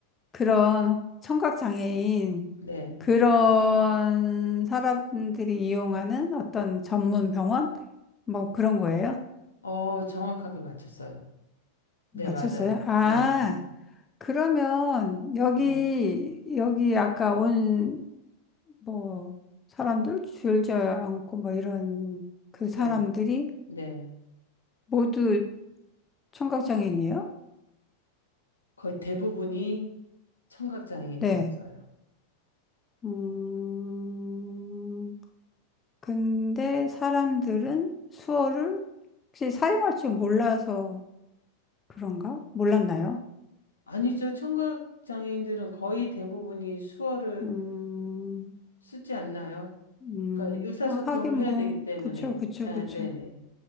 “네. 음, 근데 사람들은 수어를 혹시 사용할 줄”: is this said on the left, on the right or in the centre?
Left